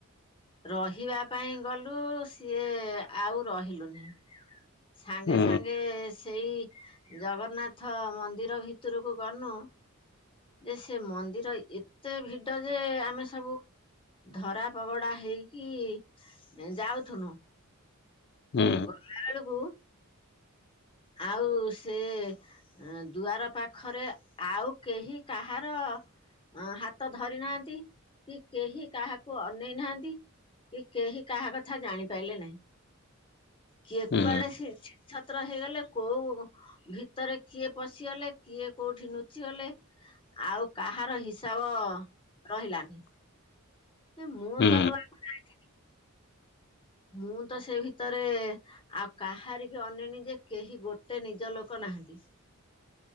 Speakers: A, on the left (about 25°); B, on the left (about 50°).
A: ରହିବା ପାଇଁ ଗଲୁ ସିଏ ଆଉ ରହିଲୁନି। ସାଙ୍ଗେ
B: ହୁଁ
A: ସାଙ୍ଗେ ସେଇ ଜଗନ୍ନାଥ ମନ୍ଦିର ଭିତରକୁ ଗନୁ। ଯେ ସେ ମନ୍ଦିର ଏତେ ଭି ଟ ଯେ ଆମେ ସବୁ ଧରା ପଗଡା ହେଇକି ଇଁ ଯାଉଥୁନୁ।
B: ହୁଁ
A: ଗଲା ବେଳକୁ। ଆଉ ସେ। ଏଁ ଦୁଆର ପାଖରେ ଆଉ କେହି କାହାର। ଅ ହାତ ଧରି ନାହାନ୍ତି କି କେହି କାହାକୁ ଅନେଇ ନାହାନ୍ତି। କି କେହି କାହା କଥା ଜାଣିପାରିଲେ ନାହିଁ। କିଏ
B: ହୁଁ
A: କୁଆଡେ ଛିନ ଛତ୍ର ହେଇଗଲେ। କୋଉ ଭିତରେ କିଏ ପଶିଗଲେ କିଏ କୋଉଠି ନୁଚିଗଲେ। ଆଉ କାହାର ହିସାବ ରହିଲାନି। ଏ ମୁଁ
B: ହୁଁ
A: ତ ନୂଆ କୁ ଯାଏ। ମୁଁ ତ ସେ ଭିତରେ। ଆଉ କାହାରି କି ଅନେଇନି ଯେ କେହି ଗୋଟେ ନିଜ ଲୋକ ନାହାନ୍ତି।